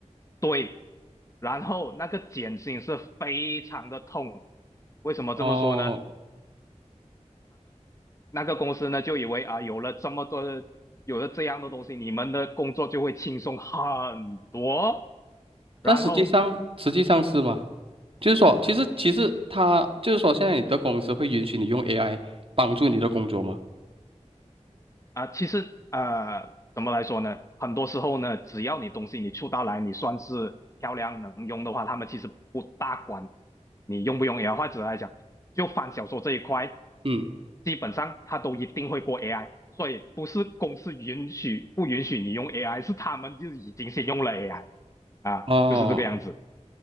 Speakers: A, on the left; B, on the right.
A: 对，然后那个减薪是非常的痛。为什么这么说呢？
B: 哦，
A: 那个公司呢就以为啊，有了这么多的，有了这样的东西，你们的工作就会轻松很多。
B: 但实际上实际上是吗？
A: 然后
B: 就是说，其实其实它就是说，现在你的公司会允许你用 AI 帮助你的工作吗？
A: 啊，其实呃，怎么来说呢？很多时候呢，只要你东西你出到来，你算是漂亮能用的话，他们其实不大管你用不用 AI。或者来讲，就翻小说这一块，
B: 嗯，
A: 基本上他都一定会过 AI，所以不是公司允许不允许你用 AI，是他们就已经先用了 AI 啊，
B: 哦
A: 就是这个样子。